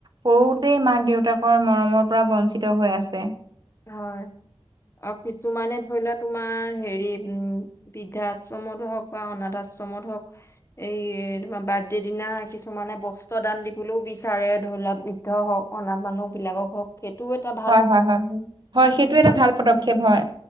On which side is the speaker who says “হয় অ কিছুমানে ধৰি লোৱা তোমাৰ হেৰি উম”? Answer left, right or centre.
Left